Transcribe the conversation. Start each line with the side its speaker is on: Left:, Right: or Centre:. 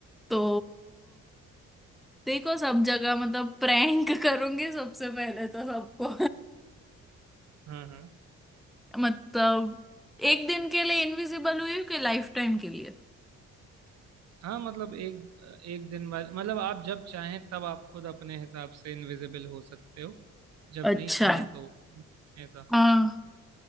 Centre: तो देखो सब जगह मतलब प्रैंक <laughs> करूंगी सबसे पहले तो सबको
Right: हाँ हाँ
Centre: <laughs> मतलब एक दिन के लिए इनविजिबल हुई हूँ कि लाइफ टाइम के लिए
Right: हाँ मतलब एक एक दिन बाद मतलब आप जब चाहें तब आप खुद अपने हिसाब से इनविजिबल हो सकते हो जब
Centre: अच्छा
Right: नहीं चाहें तो ऐसा
Centre: हाँ